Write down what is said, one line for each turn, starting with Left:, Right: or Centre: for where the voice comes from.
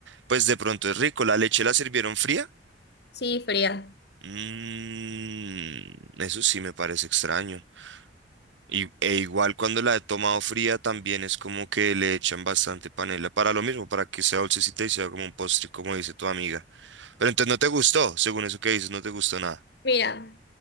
Right: pues de pronto es rico. La leche la sirvieron fría.
Left: Sí, fría.
Right: Mm, eso sí me parece extraño. Y, e igual cuando la he tomado fría también es como que le echan bastante panela para lo mismo, para que sea dulcecita y sea como un postre, como dice tu amiga. Pero entonces no te gustó, según eso que dices, no te gustó nada.
Left: Mira,